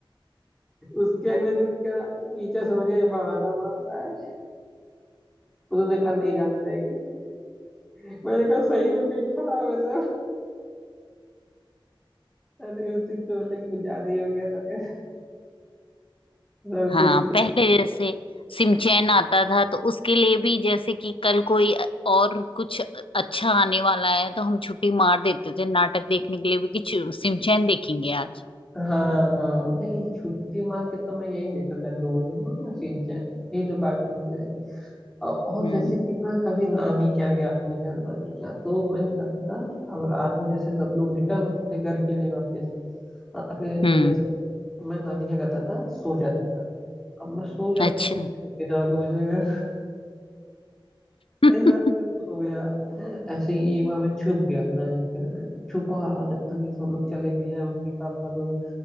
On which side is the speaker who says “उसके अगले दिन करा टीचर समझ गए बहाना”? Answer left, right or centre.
Centre